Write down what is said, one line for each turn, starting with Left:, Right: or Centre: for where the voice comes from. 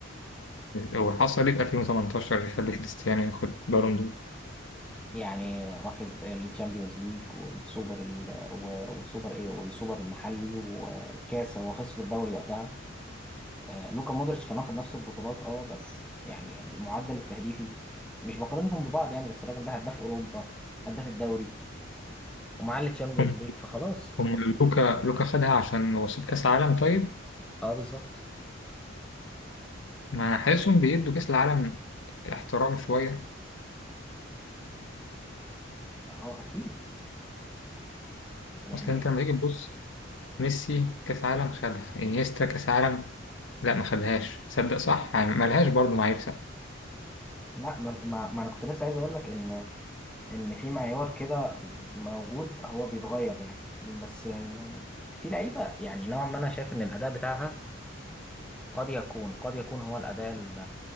Left: وحصل ايه في 2018 اللي خلى كريستيانو ياخد بالون دور
Centre: يعني واخد الشامبيونز ليج والسوبر ال... و- والسوبر إيه والسوبر المحلي والكاس هو خسر الدوري وقتها آه، لوكا مودريتش كان واخد نفس البطولات أه بس يعني المعدل التهديفي مش بقارنهم ببعض يعني بس الراجل ده هداف أوروبا هداف الدوري ومعاه التشامبيونز
Left: هم
Centre: ليج فخلاص
Left: هم لوكا لوكا خدها عشان وصيف كاس العالم طيب
Centre: اه بالظبط
Left: ما انا حاسسهم بيدوا كاس العالم احترام شويه
Centre: اه اكيد يعني
Left: اصل انت
Centre: إيه؟
Left: لما تيجي تبص ميسي كاس عالم خدها انيستا كاس عالم لا ما خدهاش تصدق صح يعني ما لهاش برضه معايير
Centre: لا ما, ما, ما انا كنت لسه عايز اقول لك ان ان في معيار كده موجود هو بيتغير يعني بس آه، في لعيبه يعني نوعا ما انا شايف ان الاداء بتاعها قد يكون قد يكون هو الاداء ال